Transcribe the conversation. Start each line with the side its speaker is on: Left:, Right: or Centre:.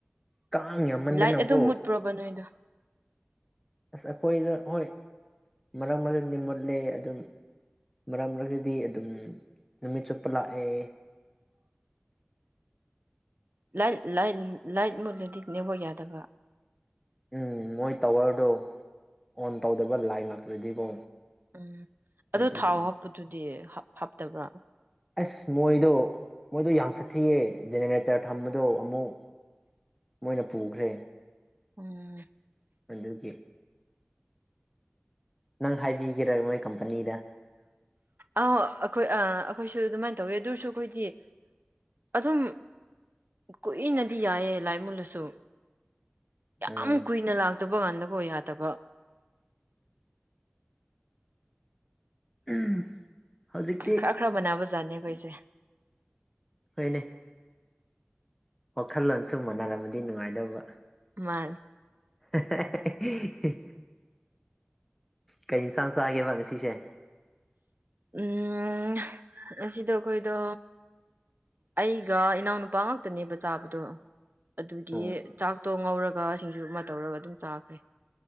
Centre: ꯀꯥꯡ ꯌꯥꯝꯃꯟꯗꯅꯀꯣ
Right: ꯂꯥꯏꯠ ꯑꯗꯨꯝ ꯃꯨꯠꯄ꯭ꯔꯣꯕ ꯅꯣꯏꯗꯣ
Centre: ꯑꯁ ꯑꯩꯈꯣꯏꯗ ꯍꯣꯏ ꯃꯔꯛ ꯃꯔꯛꯅꯤ ꯃꯨꯠꯂꯦ ꯑꯗꯨꯝ ꯃꯔꯛ ꯃꯔꯛꯇꯗꯤ ꯑꯗꯨꯝ ꯅꯨꯃꯤꯠ ꯆꯨꯞꯄ ꯂꯥꯛꯑꯦ
Right: ꯂ ꯂꯥꯏꯠ ꯃꯨꯜꯂꯗꯤ ꯅꯦꯋꯔꯛ ꯌꯥꯗꯕ
Centre: ꯎꯝ ꯃꯣꯏ ꯇꯥꯋꯔꯗꯣ ꯑꯣꯟ ꯇꯧꯗꯕ ꯂꯥꯏ ꯂꯥꯛꯇ꯭ꯔꯗꯤꯀꯣ
Right: ꯎꯝ ꯑꯗꯣ
Centre: ꯑꯗꯨꯒꯤꯅꯦ
Right: ꯊꯥꯎ ꯍꯥꯞꯄꯗꯨꯗꯤ ꯍꯥꯞꯇꯕ꯭ꯔꯥ
Centre: ꯑꯁ ꯃꯣꯏꯗꯣ ꯃꯣꯏꯗꯣ ꯌꯥꯝ ꯁꯥꯊꯤꯌꯦ ꯖꯦꯅꯦꯔꯦꯇꯔ ꯊꯝꯕꯗꯣ ꯑꯃꯨꯛ ꯃꯣꯏꯅ ꯄꯨꯈ꯭ꯔꯦ
Right: ꯎꯝ
Centre: ꯑꯗꯨꯗꯒꯤ ꯅꯪ ꯍꯥꯏꯕꯤꯒꯦꯔꯥ ꯃꯣꯏ ꯀꯝꯄꯅꯤꯗ
Right: ꯑ ꯑꯩꯈꯣꯏ ꯑ ꯑꯩꯈꯣꯏꯁꯨ ꯑꯗꯨꯃꯥꯏꯅ ꯇꯧꯋꯤ ꯑꯗꯨꯔꯁꯨ ꯑꯩꯈꯣꯏꯗꯤ ꯑꯗꯨꯝ ꯀꯨꯏꯅꯗꯤ ꯌꯥꯏꯌꯦ ꯂꯥꯏ ꯃꯨꯜꯂꯁꯨ ꯌꯥꯝ
Centre: ꯎꯝ
Right: ꯀꯨꯏꯅ ꯂꯥꯛꯇꯕ ꯀꯥꯟꯗꯀꯣ ꯌꯥꯗꯕ
Centre: ꯎꯝ ꯍꯧꯖꯤꯛꯇꯤ
Right: ꯈꯔ ꯈꯔ ꯃꯅꯥꯕ ꯖꯥꯅꯤ ꯑꯩꯈꯣꯏꯁꯦ
Centre: ꯍꯣꯏꯅꯦ ꯋꯥꯈꯜꯂꯣꯟꯁꯨ ꯃꯥꯟꯅꯔꯝꯃꯗꯤ ꯅꯨꯡꯉꯥꯏꯗꯧꯕ
Right: ꯃꯥ
Centre: <unintelligible> ꯀꯩ ꯏꯟꯁꯥꯡ ꯆꯥꯒꯦꯕ ꯉꯁꯤꯁꯦ
Right: ꯎꯝ ꯉꯥꯁꯤꯗꯣ ꯑꯩꯈꯣꯏꯗꯣ ꯑꯩꯒ ꯏꯅꯥꯎ ꯅꯨꯄꯥ ꯉꯥꯛꯇꯅꯦꯕ ꯆꯥꯕꯗꯣ ꯑꯗꯨꯒꯤ
Centre: ꯑꯣ
Right: ꯆꯥꯛꯇꯣ ꯉꯧꯔꯒ ꯁꯤꯡꯖꯨ ꯑꯃ ꯇꯧꯔꯒ ꯑꯗꯨꯝ ꯆꯥꯈ꯭ꯔꯦ